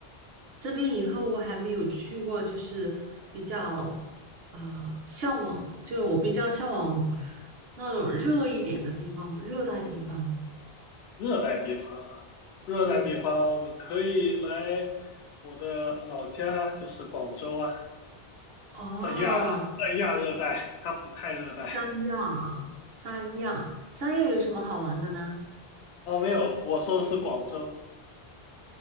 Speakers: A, on the right; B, on the left.
A: 这边以后，我还没有去过，就是比较啊、呃向往，就是我比较向往那种热一点的地方，热带地方。
B: 热带地方，热带地方，
A: 对，
B: 你可以来我的老家，就是广州啊，
A: 哦、
B: 算亚算亚热带，它不太热带。
A: 三亚啊三亚，三亚有什么好玩的呢？
B: 哦，没有，我说的是广州，